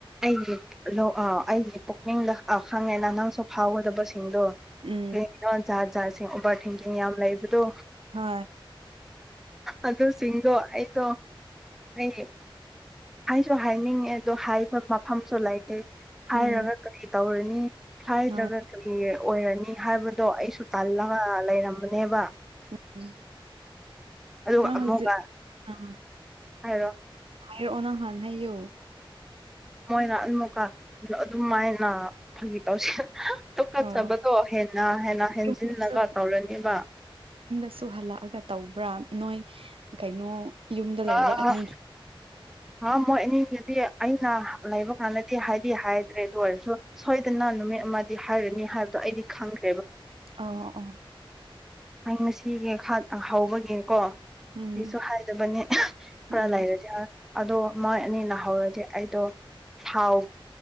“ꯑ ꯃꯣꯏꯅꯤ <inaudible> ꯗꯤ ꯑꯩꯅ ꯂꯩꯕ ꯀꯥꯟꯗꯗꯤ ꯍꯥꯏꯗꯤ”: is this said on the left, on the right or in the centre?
Centre